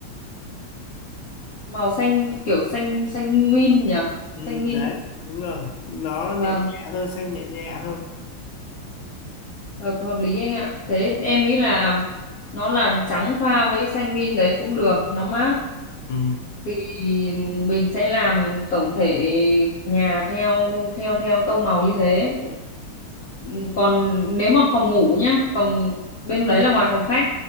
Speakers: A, on the left (about 60°); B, on the left (about 80°).
A: màu xanh kiểu xanh xanh min nhỉ
B: ừ,
A: xanh min
B: đấy
A: ấy
B: đúng rồi nó
A: Vâng.
B: nhẹ nhẹ thôi xanh nhẹ nhẹ thôi
A: hợp hợp lý anh ạ thế em nghĩ là nó là trắng pha với xanh min đấy cũng được nó mát
B: ừ,
A: thì mình sẽ làm tổng thể nhà theo theo theo tông màu như thế Ừ, còn nếu mà phòng ngủ nhá phòng bên đấy là ngoài phòng khách